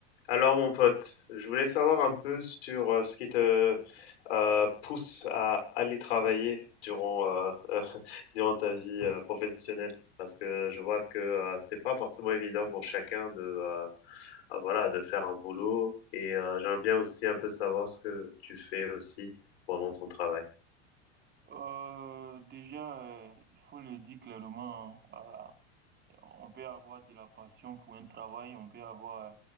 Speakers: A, on the left; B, on the right.
A: Alors, mon pote, je voulais savoir un peu sur euh, ce qui te euh, pousse à aller travailler durant, euh, <laughs> durant ta vie euh, professionnelle, parce que je vois que euh, c'est pas forcément évident pour chacun de, euh, ah, voilà, de faire un boulot, et euh, j'aimerais bien aussi un peu savoir ce que tu fais aussi pendant ton travail.
B: Euh, déjà, euh, il faut le dire clairement, hein, voilà. On peut avoir de la passion pour un travail, on peut avoir euh,